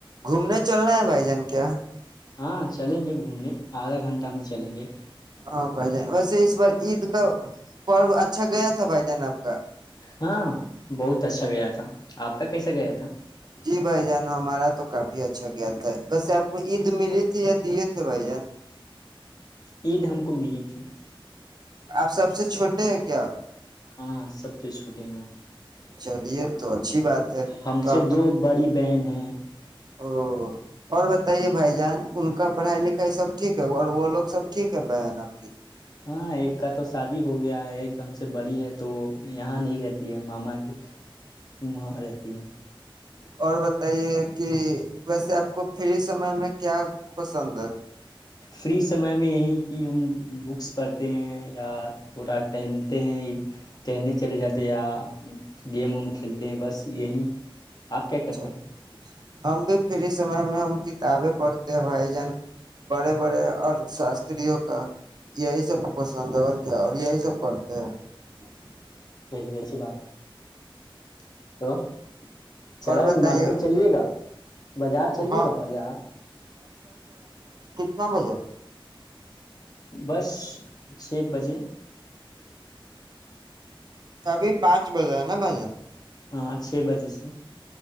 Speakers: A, on the right; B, on the left.
A: گھومنا چلنا ہے بھائی جان کیااں
B: ہاں چلیں گے گھومنے آدھا گھنٹہ میں چلیں گے <unintelligible>
A: ہاں بھائی جان ویسے اس بار عید کا پرو اچھا گیا تھا بھائی جان آپ کا
B: ہاں بہت <unintelligible> اچھا گیا تھا آپ کا کیسا گیا تھا <unintelligible>
A: جی بھائی جان ہمارا تو کافی اچھا گ تھا ہے ویسے آپ کو عید ملی تھی یا دیے تھے بھائی جان
B: عید ہم کو ملی تھی <unintelligible>
A: آپ سب سے چھوٹے ہیں کیا
B: ہاں سب سے چھوٹے ہیں ہم
A: چلیے تو اچھی بات ہے
B: ہم
A: تو
B: سے
A: آپ کو
B: دو بڑی بہن ہیں
A: او اور بتائیے بھائی جان ان کا پڑھائی لکھائی سب ٹھیک ہے اور وہ لوگ سب ٹھیک ہے بہن اب
B: ہاں ایک کا تو شادی ہو گیا ہے ایک ہم سے بڑی ہے تو یہاں نہیں رہتی ہے ماما <unintelligible> کہ وہاں رہتی <unintelligible> <unintelligible>
A: اور بتائیے کہ ویسے آپ کو فری سمے میں کیا پسند ہے
B: فری سمے میں یہی کہ ہم بکس پڑھتے ہیں یا تھوڑا ٹہلتے ہیں ٹہلنے چلے جاتے یا گیم وم کھیلتے ہیں بس یہی آپ کیا کرتے
A: اا
B: ہیں
A: ہم بھی فری سمے میں ہم کتابیں پڑھتے <unintelligible> تے بھائی جان بڑے بڑے ارتھ شاستریوں کا یہی سب پسند اور کیا اور یہی سب کرتے ہیں <unintelligible>
B: س اچچھی بات <unintelligible> تو <unintelligible> چل
A: اور
B: اب
A: بتائیے
B: مارکیٹ چلیے گا بازار چلیے
A: ہاں
B: گا بازار
A: ن بول <unintelligible>
B: بس چھ بجے <unintelligible>
A: ابھی پانچ بجے ہیں نا بھائی جان
B: ہاں چھ بجے سے <unintelligible>